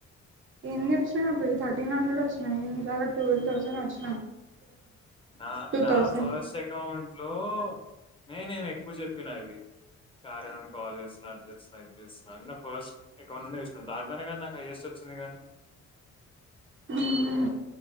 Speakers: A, on the right (about 40°); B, on the left (about 20°).
A: ఎన్ని వచ్చినయి అబ్బయి థర్టీన్ హండ్రెడ్ వచ్చినయి ఇలాగా ట్వల్ థౌసండ్ వచ్
B: నా నా
A: థౌసండ్
B: ఫస్ట్ అకౌంట్లు నేనేం ఎక్కువ చెప్పినా ఇవి కార్యా నుండి కాల్ చేస్తున్న అది చేస్తున్న ఇది చేస్తున్న న ఫస్ట్ అకౌంట్ నుండే చేశినా దాంట్లనే నాకు హైయెస్ట్ వచ్ చింది గాని
A: ఉమ్మ్